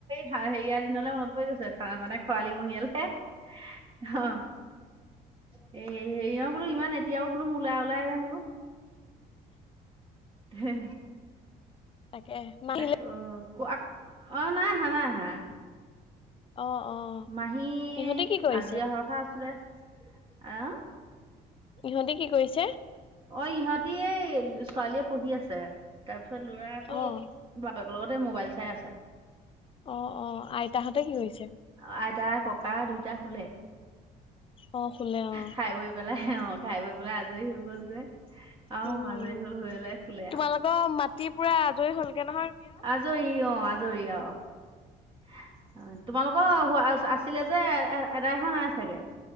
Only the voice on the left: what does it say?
তাকে। মা আহিলে
অ', অ',।
ইহঁতে কি কৰিছে?
ইহঁতে কি কৰিছে?
অ'
অ', অ', আইতাহতে কি কৰিছে?
<inaudible> শুলে অ'
উম।
তোমালোকৰ মাটিৰ পুৰা আজৰি হ'লগে নহয়। ৰুই আও?